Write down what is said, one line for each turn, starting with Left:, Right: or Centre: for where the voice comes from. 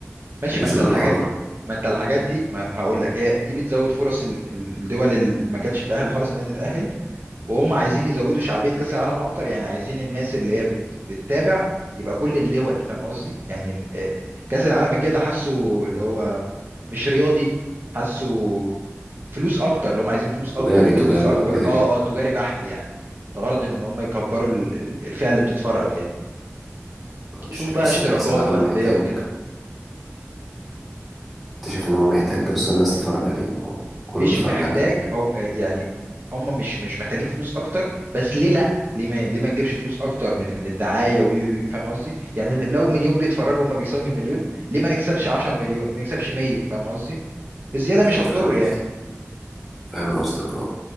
Right: ماشي ما
Centre: جزر
Right: انت الحاجات
Centre: القمر
Right: ما انت الحاجات دي ما هقول لك هي دي بتزود فرص ال- ال- الدول اللي ما كانتش بتأهل خالص انها تتأهل وهم عايزين يزودوا شعبية كأس العالم أكتر يعني عايزين الناس اللي هي بت... بتتابع يبقى كل الدول فاهم قصدي يعني آه، كأس العالم الجاي ده حاسه اللي هو مش رياضي حاسه فلوس أكتر اللي هم عايزين فلوس أكتر
Centre: تجاري
Right: وبزنس
Centre: تجاري
Right: أكبر
Centre: اه كده
Right: اه
Centre: كده
Right: اه تجاري بحت يعني الغرض إن إن هم يكبروا ال- ال- الفئة اللي بتتفرج يعني
Centre: انت
Right: شوف
Centre: شايف
Right: بقى
Centre: اصلا
Right: اشتراكات
Centre: ان كاس العالم
Right: وأندية
Centre: محتاج
Right: وكده
Centre: انت شايف ان هو محتاج اصلا الناس تتفرج عليه ما هو كله
Right: مش
Centre: بيتفرج
Right: محتاج
Centre: عليه
Right: او يعني هم مش مش محتاجين فلوس اكتر بس ليه لا ليه ما ليه ما نجيبش فلوس اكتر من من الدعايه وي- فاهم قصدي يعني لو مليون بيتفرجوا هم بيكسبوا من المليون ليه ما نكسبش 10 مليون ليه ما نكسبش 100 فاهم قصدي الزياده
Centre: ايوه
Right: مش هتضر
Centre: فاهم قصدك
Right: يعني
Centre: فاهم قصدك اه